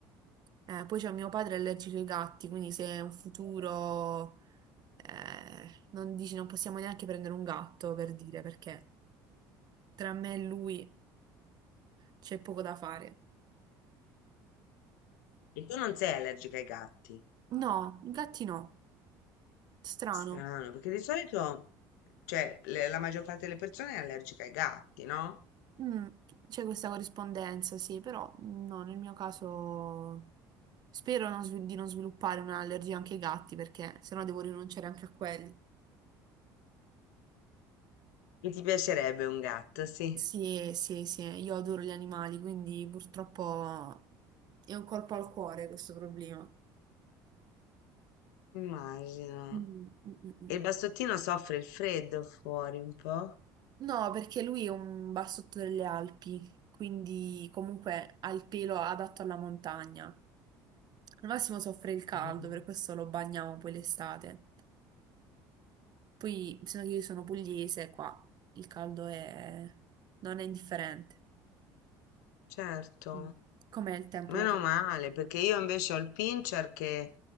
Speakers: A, on the right; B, on the left.
A: Eh, poi c'è mio padre è allergico ai gatti, quindi se è un futuro, eh, non dici, non possiamo neanche prendere un gatto per dire, perché tra me e lui c'è poco da fare.
B: E tu non sei allergica ai gatti?
A: No, i gatti no, strano.
B: Strano, perché di solito, cioè, le- la maggior parte delle persone è allergica ai gatti, no?
A: Mm, c'è questa corrispondenza, sì, però no, nel mio caso spero non svil- di non sviluppare un'allergia anche ai gatti, perché sennò devo rinunciare anche a quelli.
B: E ti piacerebbe un gatto, sì,
A: Sì, sì, sì, io adoro gli animali, quindi purtroppo è un colpo al cuore questo problema.
B: immagino.
A: Mm, mm, mm.
B: E il bastottino soffre il freddo fuori un po'?
A: No, perché lui è un bassotto delle Alpi, quindi comunque ha il pelo adatto alla montagna. Al massimo soffre il caldo,
B: Mhm.
A: per questo lo bagniamo poi l'estate. Poi, se che io sono pugliese, qua il caldo è... non è indifferente.
B: Certo,
A: Mm. Com'è il tempo
B: meno
A: da te?
B: male, perché io invece ho il pincher che